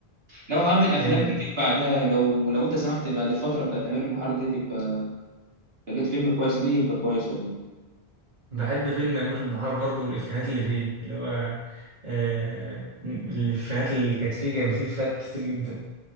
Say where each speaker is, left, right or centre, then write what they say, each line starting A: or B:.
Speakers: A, on the right (about 65°); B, on the right (about 45°).
A: لو عامل افلام
B: آه،
A: كتير بعدها لو لو انت سمحت بعد الفتره بتاعت امير البحار دي تبقى لقيت فيلم كويس ليه يبقى كويس والله
B: بحب فيلم أمير البحار برضه والإفيهات اللي فيه اللي هو آه الإفيهات اللي كانت فيه كان فيه إفيهات كتير جدا